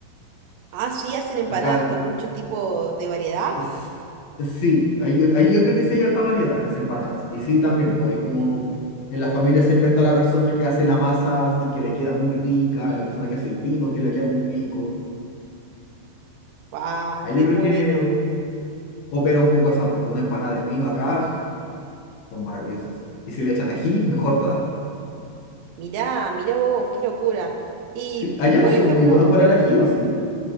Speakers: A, on the right; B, on the left.
A: Ah, sí, hacen empanadas
B: Acá
A: con mucho tipo de variedad.
B: s- Sí, ahí yo, ahí yo creo que sí hay harta variedad en las empanadas. Y sí, también, pues hay como en la familia siempre está la persona que hace la masa, así que le queda muy rica, la persona que hace el pino, que le queda muy rico.
A: ¡Ah,
B: Ahí
A: qué
B: yo creo
A: bueno!
B: que opera un poco esa parte. Una empanada de pino acá uf, son maravillosas. Y si le echan ají, mejor todavía.
A: Mirá, mirá vos, qué locura. Y,
B: Sí, allá
A: por
B: no son
A: ejemplo,
B: muy buenos para el ají, ¿o sí?